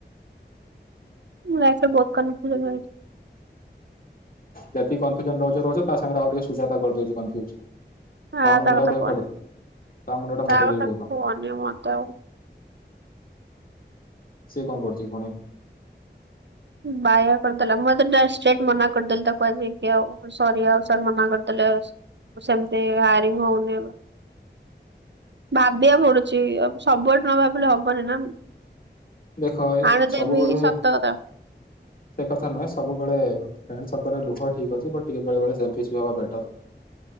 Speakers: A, on the right; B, on the left.
A: ଲାଇଫରେ ବହୁତ କନଫ୍ୟୁଜନ ରହିଛି।
B: ଯେତିକି କନଫ୍ୟୁଜନ ରହୁଚ ରହୁଚ ତା ସାଙ୍ଗରେ ଆଉ ଟିକେ ସୁଜତା କରିଦଉଚି କନଫ୍ୟୁଜ।
A: ଆ
B: ତା ମୁଣ୍ଡ
A: କଥା
B: ଟାକୁ କହ
A: କହନି।
B: ଫଟେ ତା ମୁଣ୍ଡ ଟାକୁ ଫଟେଇଦେବି
A: କଥା
B: କୋଉଦିନ।
A: କୁହନି ମତେ ଆଉ।
B: ସେ କଣ କରୁଚି କି ଫୁଣି।
A: ବାୟା କରିଦେଲା ମୁଁ ଆଜି ତାକୁ ଷ୍ଟ୍ରେଟ ମନା କରିଦେଲି ତାକୁ ଆଜିକି ଆଉ ସରି ଆଉ ସାର ମନା କରିଦେ ଲେ ସେମତି ଆରିଙ୍ଗ ହଉନି। ଭାବିଆକୁ ପଡୁଚି ସବୁଆଡେ ନ ଭାବିଲେ ହବନି ନା।
B: ଦେଖ
A: ଆଣିଦେବି
B: ସବୁବେଳେ
A: ସତ କଥା।
B: ସେ କଥା ନୁହେଁ ସବୁବେଳେ ଏମିତି ସବୁଥିରେ ଲୁହ ଠିକ ଅଛି। ବଟ ଟିକେ ବେଳେବେଳେ ସେଲେଫିସ ହବା ଦରକାର। <inaudible>